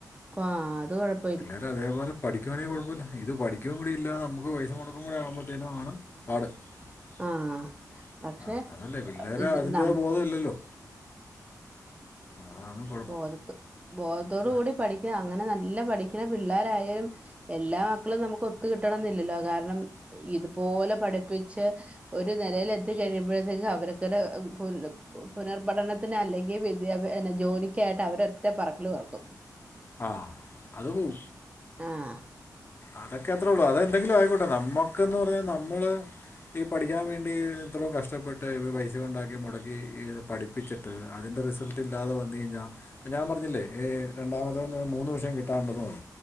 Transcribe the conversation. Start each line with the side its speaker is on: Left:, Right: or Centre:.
Right: ആഹ് അത് കുഴ
Left: പില്ലാരുംതേപോലെ പഠിക്കുവാണെങ്കിൽ കുഴപ്പമില്ല ഇത് പഠിക്കുകയും കൂടി ഇല്ല നമുക്ക് പൈസ മുടക്കും കൂടി ആവുമ്പോഴത്തേനുംണ് പാട് <unintelligible>
Right: ആ പക്ഷെ
Left: ആഹ അതല്ലേ പിള്ളേര്
Right: ഇത്
Left: അതിന്റെ
Right: നം
Left: ബോധം ഇല്ലല്ലോ അതാണ് കുഴപ്പം
Right: ബോധ ബോധത്തോടു
Left: ആ,
Right: കൂടി പഠിക്കണ അങ്ങനെ നല്ല പഠിക്കണ പിള്ളോരായാലും എല്ലാ മക്കളും നമുക്ക് ഒത്ത കിട്ടണം എന്നില്ലല്ലോ കാരണം ഇതുപോലെ പഠിപ്പിച്ച് ഒരു നിലൽ എത്തി കഴിയുമ്പോഴത്തേക്കും അവരതന്നെ <unintelligible> പുനർപഠനത്തിന് അല്ലെങ്കിൽ വിദ്യാഭ്യ ജോലിക്കായിട്ട് അവരൊറ്റ പറക്കില് പറക്കും
Left: ആഹ് അത് പോവും
Right: ആഹ
Left: അതൊക്കെ അത്രേ ഉള്ളൂ അതെന്തെങ്കിലും ആയിക്കോട്ടെ നമ്മുക്ക്ന്ന് പറഞ്ഞ നമ്മള് ഈ പഠിക്കാൻ വേണ്ടി എത്രയോ കഷ്ടപ്പെട്ട് ഇർ പൈസ കൊണ്ടാക്കി മുടക്കി പഠി പപ്പിച്ചിട്ട് തിൻ്റെ റിസൾട്ട ഇല്ലാതെ വന്നു കഴിഞ്ഞാൽ ഇപ്പൊ ഞാൻ പറഞ്ഞില്ലേ രണ്ടാമത ഒന് മൂന്ന് വിഷയം കിട്ടാണ്ടന്നത്